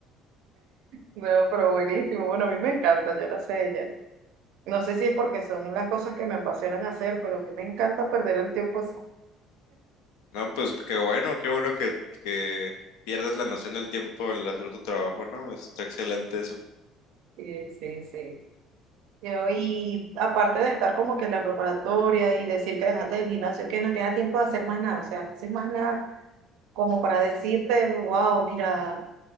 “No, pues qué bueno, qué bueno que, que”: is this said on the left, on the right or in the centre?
Left